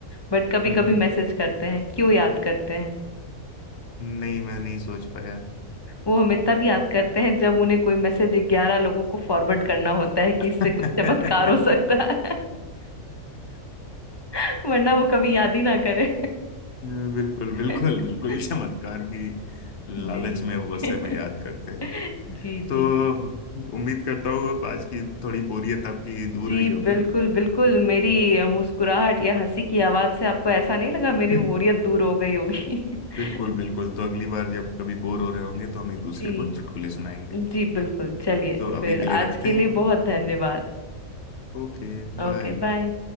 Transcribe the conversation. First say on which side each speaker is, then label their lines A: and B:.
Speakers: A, on the left; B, on the left.
A: बट कभी
B: हम्म
A: कभी मैसेज करते हैं क्यों याद करते हैं
B: नहीं मैं नहीं सोच पाया
A: वो हमें तब याद करते हैं जब उन्हें कोई मैसेज ग्यारह लोगों को फॉरवर्ड करना होता है कि
B: <laughs>
A: इससे कुछ चमत्कार हो सकता है <laughs> वरना वो कभी याद ही ना करे
B: बिल्कुल
A: <laughs>
B: बिल्कुल बिल्कुल चमत्कार की
A: जी
B: लालच में वैसे
A: <laughs>
B: में याद करते
A: जी
B: हैं तो
A: जी
B: उम्मीद करता हूँ अब आज की थोड़ी बोरियत आपकी दूर
A: जी
B: हुई होगी
A: बिल्कुल बिल्कुल मेरी अ, मुस्कुराहट या हंसी की आवाज से आपको ऐसा नहीं लगा मेरी
B: <laughs>
A: बोरियत दूर हो गई होगी <laughs>
B: बिल्कुल बिल्कुल तो अगली बार जब कभी बोर हो रहे होंगे तो हम एक
A: जी
B: दूसरे को चुटकुले सुनाएंगे
A: जी बिल्कुल चलिए
B: तो अभी
A: फिर
B: के लिए रखते
A: आज के
B: हैं
A: लिए बहुत धन्यवाद
B: Okay
A: Okay
B: bye
A: bye